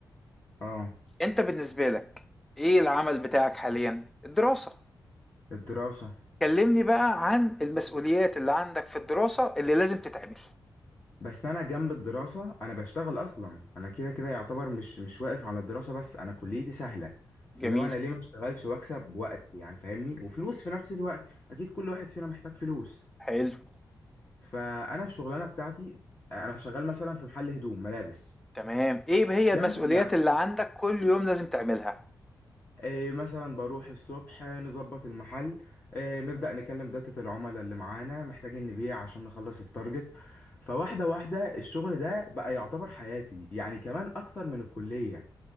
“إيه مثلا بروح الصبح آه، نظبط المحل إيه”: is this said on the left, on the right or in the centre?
Left